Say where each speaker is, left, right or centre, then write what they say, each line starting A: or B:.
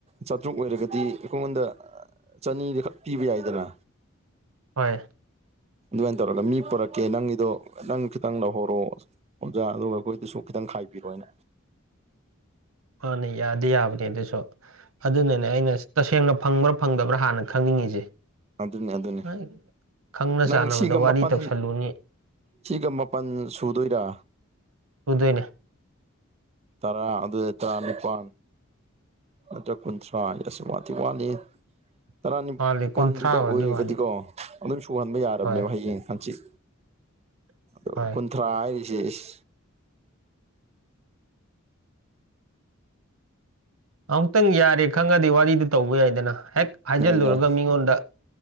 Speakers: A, on the right; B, on the right.
A: ꯆꯥꯇ꯭ꯔꯨꯛ ꯑꯣꯏꯔꯒꯗꯤ ꯑꯩꯈꯉꯣꯟꯗ ꯆꯅꯤꯗ ꯈꯛ ꯄꯤꯕ ꯌꯥꯏꯗꯅ
B: ꯍꯣꯏ
A: ꯑꯗꯨꯃꯥꯏꯅ ꯇꯧꯔꯒ ꯃꯤ ꯄꯨꯔꯛꯀꯦ ꯅꯪꯒꯤꯗꯣ ꯅꯪ ꯈꯤꯇꯪ ꯂꯧꯍꯧꯔꯣ ꯑꯣꯝꯖꯥ ꯑꯗꯨꯒ ꯑꯩꯈꯣꯏꯗꯁꯨ ꯈꯤꯇꯪ ꯈꯥꯏꯕꯤꯔꯣꯅꯦ
B: ꯃꯥꯅꯦ ꯌꯥꯗꯤ ꯌꯥꯕꯅꯦ ꯑꯗꯨꯁꯨ ꯑꯗꯨꯅꯅꯦ ꯑꯩꯅ ꯇꯁꯦꯡꯅ ꯐꯪꯕ꯭ꯔꯥ ꯐꯪꯗꯕ꯭ꯔꯥ ꯍꯥꯟꯅ ꯈꯪꯅꯤꯡꯉꯤꯁꯦ
A: ꯑꯗꯨꯅꯦ ꯑꯗꯨꯅꯦ
B: ꯑꯩ ꯈꯪꯅ
A: ꯅꯪ
B: ꯆꯥꯟꯅꯕꯗ
A: ꯁꯤꯒ
B: ꯋꯥꯔꯤ
A: ꯃꯥꯄꯜ
B: ꯇꯧꯁꯜꯂꯨꯅꯤ
A: ꯁꯤꯒ ꯃꯥꯄꯜ ꯁꯨꯗꯣꯏꯔꯥ
B: ꯎꯗꯣꯏꯅ
A: ꯇꯔꯥ ꯑꯗꯨ ꯑꯦ ꯇ꯭ꯔꯅꯤꯄꯥ ꯅꯠꯇ꯭ꯔꯒ ꯀꯨꯟꯊ꯭ꯔꯥ ꯍꯥꯏ ꯑꯁꯤꯁꯨ ꯋꯥꯗꯤꯤ ꯋꯥꯠꯂꯤ ꯇꯔꯥꯅꯤꯄꯥꯥꯟꯗꯨꯗ
B: ꯋꯥꯠꯂꯤ ꯀꯨꯟꯊ꯭ꯔꯥ ꯑꯣꯏꯔꯗꯤ
A: ꯑꯣꯏꯔꯒꯗꯤꯀꯣ
B: ꯋꯥꯠꯂꯤ
A: ꯑꯗꯨꯝ ꯁꯨꯍꯟꯕ ꯌꯥꯔꯕꯅꯦꯕ
B: ꯍꯣꯏ
A: ꯍꯌꯦꯡ ꯍꯪꯆꯤꯠ ꯑꯣ
B: ꯍꯣꯏ
A: ꯊ꯭ꯔꯥ ꯍꯥꯏꯔꯤꯁꯦꯁ
B: ꯑꯃꯨꯛꯇꯪ ꯌꯥꯔꯦ ꯈꯪꯉꯗꯤ ꯋꯥꯔꯤꯗꯨ ꯇꯧꯕ ꯌꯥꯏꯗꯅ ꯍꯦꯛ ꯍꯥꯏꯖꯤꯜꯂꯨꯔꯒ
A: ꯌꯥꯏ ꯌꯥꯏ
B: ꯃꯤꯉꯣꯟꯗ